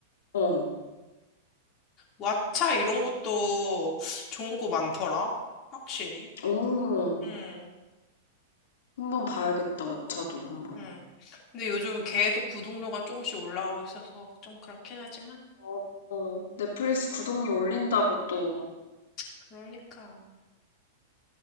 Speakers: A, on the left; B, on the left.
A: 어,
B: 왓챠 이런 것도 좋은 거 많더라. 확실히.
A: 오,
B: 응,
A: 한번 봐야겠다, 왓챠도 한번.
B: 응. 근데 요즘 계속 구독료가 조금씩 올라가고 있어서 좀 그렇긴 하지만.
A: 어, 어. 넷플릭스 구독료 올린다고 또,
B: 그러니까.